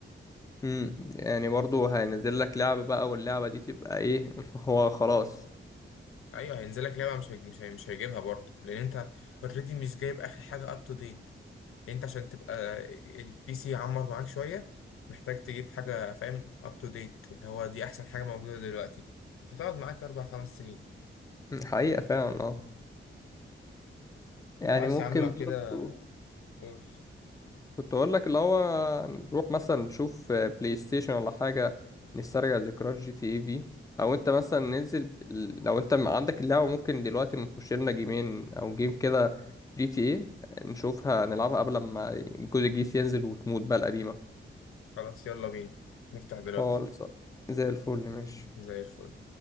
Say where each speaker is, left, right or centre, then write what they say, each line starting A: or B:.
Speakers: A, on the left; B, on the left.
A: امم يعني برضو هينزل لك لعبه بقى واللعبه دي تبقى ايه <laughs> هو خلاص
B: أيوة هينزل لك لعبة مش هيج- مش هي- مش هيجيبها برضه لأن أنت أوريدي مش جايب آخر حاجة أب تو ديت أنت عشان تبقى البي سي يعمر معاك شوية محتاج تجيب حاجة فاهم أب تو ديت اللي هو دي أحسن حاجة موجودة دلوقتي فتقعد معاك أربع خمس سنين
A: حقيقة فعلا اه يعني
B: خلاص
A: ممكن
B: يا عم لو
A: برضه
B: كده قول
A: كنت اقول لك اللي هو نروح مثلا نشوف بلاي ستيشن ولا حاجة نسترجع ذكريات جي تي اي في او انت مثلا ننزل لو انت عندك اللعبة ممكن دلوقتي نخش لنا جيمين او جيم كده جي تي اي نشوفها نلعبها قبل ما الجزء الجديد ينزل وتموت بقى القديمة
B: خلاص يلا بينا نفتح دلوقتي
A: خالص آه. زي الفل ماشي
B: زي الفل